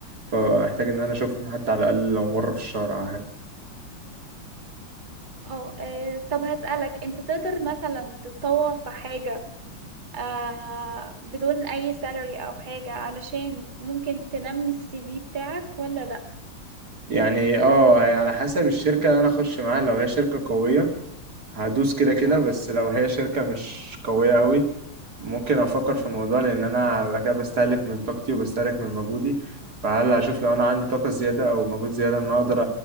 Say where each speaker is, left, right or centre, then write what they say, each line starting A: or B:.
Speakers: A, on the right; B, on the right.
A: فمحتاج ان انا اشوفهم حتى على الاقل لو مره في الشهر او حاجه
B: اه آه، طب هسألك أنت تقدر مثلا تتطور في حاجة آه بدون اي سالري او حاجة علشان ممكن تنمي السي في بتاعك ولا لا
A: يعني اه هي على حسب الشركه اللي انا اخش معاها لو هي شركه قويه هدوس كده كده
B: آه.
A: بس لو هي شركة مش قوية قوي ممكن أفكر في الموضوع لأن أنا هبقى كده بستهلك من طاقتي وبستهلك من مجهودي فهل هشوف لو أنا عندي طاقة زيادة أو مجهود زيادة إن أنا أقدر